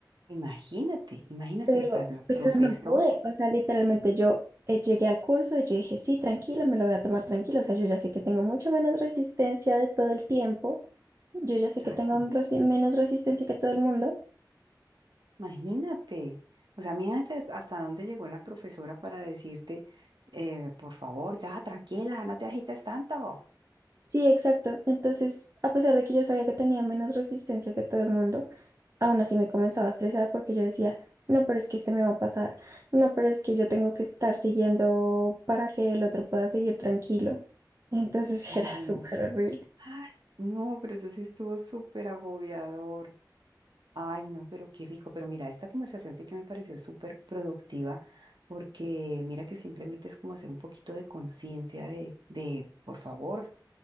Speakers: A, on the right (about 80°); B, on the right (about 40°).
A: Imagínate, imagínate
B: Pero,
A: hasta la profesora.
B: pero no pude, o sea, literalmente yo eh, llegué al curso y yo dije, sí, tranquila me lo voy a tomar tranquilo, o sea, yo ya sé que tengo mucho menos resistencia de todo el tiempo, yo ya
A: Exacto.
B: sé que tengo un resi- menos resistencia que todo el mundo.
A: Imagínate. O sea, imagínate hasta hasta dónde llegó la profesora para decirte, eh, por favor, ya, tranquila, no te agites tanto.
B: Sí, exacto. Entonces, a pesar de que yo sabía que tenía menos resistencia que todo el mundo, aún así me comenzaba a estresar porque yo decía, no, pero es que este me va a pasar, no, pero es que yo tengo que estar siguiendo para que el otro pueda seguir tranquilo. Entonces
A: Imagínate.
B: <laughs> era súper horrible.
A: Ay, no, pero eso sí estuvo súper agobiador. Ay, no, pero qué rico. Pero mira, esta conversación sí que me pareció súper productiva porque mira que simplemente es como hacer un poquito de conciencia de, de, por favor.